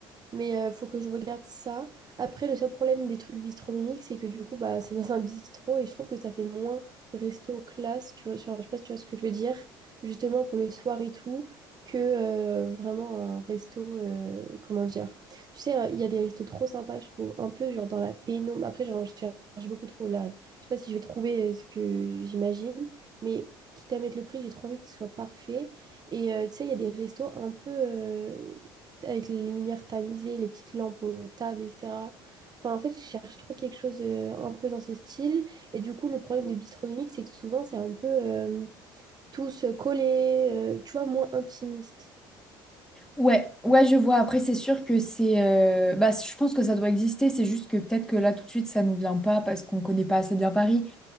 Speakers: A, on the right; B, in the centre.
A: Mais euh, faut que je regarde ça. Après, le seul problème des trucs bistronomiques, c'est que du coup, bah, c'est dans un bistrot et je trouve que ça fait moins resto classe, tu vois, genre, je sais pas si tu vois ce que je veux dire, justement pour le soir et tout, que euh, vraiment un resto, euh, comment dire. Tu sais, euh, il y a des restos trop sympas, je trouve, un peu genre dans la pénombre. Après, genre, je cherche beaucoup trop là. Je sais pas si je vais trouver euh, ce que j'imagine, mais quitte à mettre le prix, j'ai trop envie que ce soit parfait. Et euh, tu sais, il y a des restos un peu... euh, avec les lumières tamisées, les petites lampes aux tables, etc. Enfin, en fait, je cherche trop quelque chose euh, un peu dans ce style. Et du coup, le problème des bistronomiques, c'est que souvent, c'est un peu euh, tous collés, euh, tu vois, moins intimiste.
B: Ouais, ouais, je vois. Après, c'est sûr que c'est... euh, Bah, je pense que ça doit exister. C'est juste que peut-être que là, tout de suite, ça nous vient pas parce qu'on connaît pas assez bien Paris.